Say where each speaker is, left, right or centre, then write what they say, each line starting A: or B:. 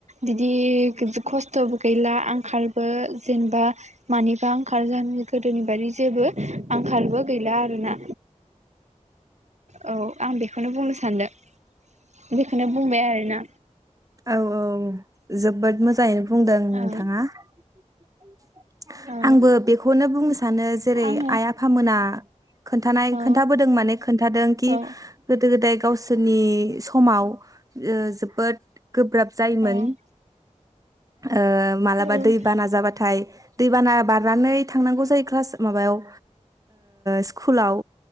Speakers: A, on the right; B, on the right.
A: बिदि खस्थ'बो गैला आंखालबो जेनबा मानिबा आंखाल जानो गोदोनि बारि जेबो आंखालबो गैला आरोना। औ आं बेखौनो बुंनो सानदों। बेखौनो बुंबाय आरोना।
B: औ औ जोब्बोद मोजाङैनो बुंदों
A: औ
B: नोंथाङा। <inaudible>
A: औ
B: आंबो बेखौनो बुंनो सानो जेरै
A: आङो
B: आइ आफामोना खोन्थानाय
A: औ
B: खोन्थाबोदों माने खोन्थादों कि
A: औ
B: गोदो गोदाय गावसोरनि समाव ओ जोबोद गोब्राब जायोमोन।
A: औ
B: ओ मालाबा
A: बै समाव
B: दैबाना जाबाथाय दैबाना बारनानै थांनांगौ जायो क्लास माबायाव ओ स स्कुलाव